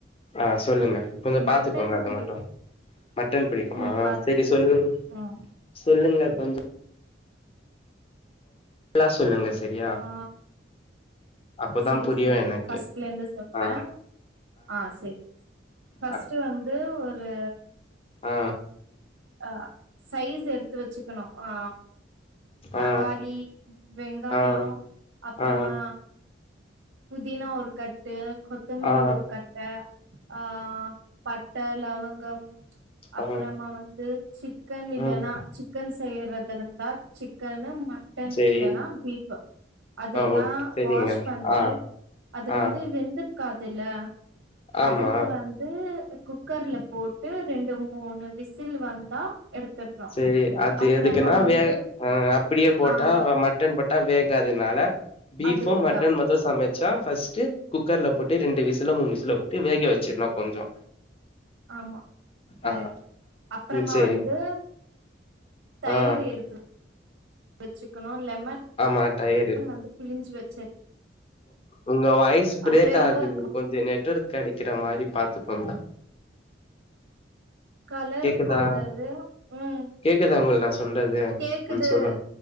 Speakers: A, on the left; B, on the right.
A: ஆ சொல்லுங்க கொஞ்சோ
B: மட்டன்
A: பாத்துக்கோங்க அத
B: பிடிக்கு
A: மட்டு மட்டன் பிடிக்குமா
B: ம் பாத்துட்டே
A: செரி சொல்லுங்
B: ம்
A: சொல்லுங்க கொஞ்சோ லா சொல்லுங்க செரியா
B: ஆ
A: அப்பதா
B: செரி
A: புரியு
B: சொல்ற
A: எனக்கு
B: ஃபஸ்ட்லந்து சொல்ற
A: ஆ
B: ஆ செரி ஃபஸ்ட்டு
A: ஆ
B: வந்து ஒரு
A: ஆ
B: அ சைஸ் எடுத்து வச்சுக்கணு ஆ தக்காளி
A: ஆ
B: வெங்காயோ
A: ஆ
B: அப்புறமா
A: ஆ
B: புதினா ஒரு கட்டு கொத்தமல்லி
A: ஆ
B: ஒரு கட்ட ஆ பட்ட லவங்கம் அப்புறமா
A: ஆ
B: வந்து சிக்கன் இல்லன்னா
A: ம்
B: சிக்கன் செய்றது இருந்தா சிக்கனு மட்டன்
A: செரி
B: இல்லன்னா பீஃபு அதெல்லா
A: ஆ ஓக் செரிங்க
B: வாஷ் பண்ணி
A: ஆ
B: அது
A: ஆ
B: வந்து வெந்துரு காதுல்ல அதுக்கு
A: ஆமா
B: வந் து குக்கர்ல போட்டு ரெண்டு மூணு விசில் வந்தா எடுத்துட்ணு
A: சேரி அது
B: அப்பறமா
A: எதுக்குனா
B: வந்து
A: வேக அ அப்டியே போட்டா
B: ஆமா
A: மட் மடன் போட்டா வேகாதனால பீஃபு
B: அதுக்குதா
A: மட்டன் மட்டு சம ச்சா ஃபஸ்ட்டு குக்கர்ல போட்டு ரெண்டு விசுலோ மூணு விசுலோ போட்டு வேக வச்சிர்னு கொஞ்சோ
B: ஆமா கரெக்ட்டு
A: ஆ
B: அப்புறமா
A: ம் சேரி
B: வந்து தயிர்
A: ஆ
B: எடுத்து வச்சுக்கணு லெமன்
A: ஆமா தயிரு
B: வந்து பிலிஞ்சு வச்சு
A: உங்க வாய்ஸ் பிரேக்
B: ஃபிளேவருக்கு
A: ஆகுது கொஞ்சோ நெட்ஒர்க் கெடைக்கிற மாரி பாத்துக்கோ தா
B: கலர்
A: கேக்குதா
B: பவுடரு ம்
A: கேக்குதா முல் நா சொல்றது
B: கேக்குது
A: ம் சொல்லு